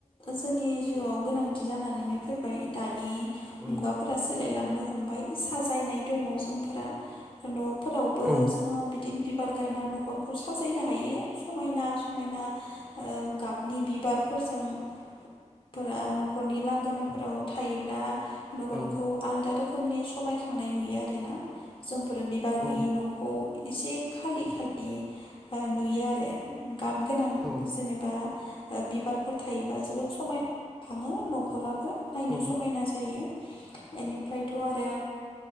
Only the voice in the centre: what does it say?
औ
औ
औ
औ
औ
औ